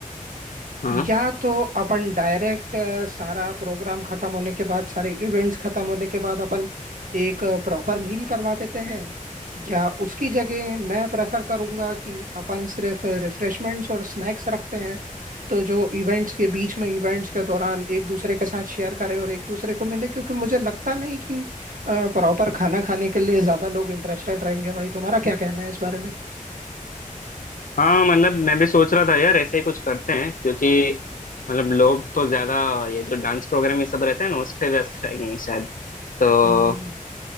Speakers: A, on the left (about 70°); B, on the right (about 70°).
A: हाँ
B: या तो अपन डायरेक्ट सारा प्रोग्राम खत्म होने के बाद सारे इवेंट्स खत्म होने के बाद अपन एक प्रॉपर मील करवा देते हैं या उसकी जगह मैं प्रेफर करूंगा कि अपन सिर्फ रिफ्रेशमेंट्स और स्नैक्स रखते हैं तो जो इवेंट्स के बीच में इवेंट्स के दौरान एक दूसरे के साथ शेयर करें और एक दूसरे को मिले क्योंकि मुझे लगता नहीं कि प्रॉपर खाना खाने के लिए ज्यादा लोग इंटरेस्टेड रहेंगे भाई तुम्हारा क्या कहना है इस बारे में
A: हाँ मतलब मैं भी सोच रहा था यार ऐसे ही कुछ करते हैं क्योंकि मतलब लोग तो ज्यादा ये जो डांस प्रोग्राम ये सब रहते हैं ना उस पे व्यस्त रहेंगे शायद तो
B: हम्म,